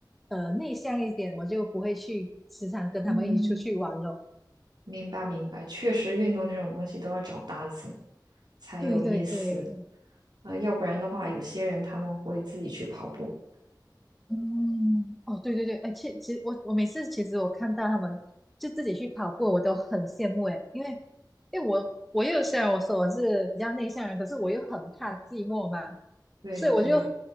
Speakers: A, in the centre; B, on the right (about 65°).
A: 呃内向一点，我就不会去时常跟他们一起出去玩了。
B: <laughs> 嗯，明白明白，确实运动这种东西都要找搭子才有意思
A: 对对对，
B: 啊，要不然的话，有些人他们会自己去跑步。
A: 嗯，哦，对对对，哎，其其实我我每次其实我看到他们就自己去跑步，我都很羡慕哎，因为因为我我又虽然我说我是比较内向人，可是我又很怕寂寞嘛，
B: 对对，
A: 所以我就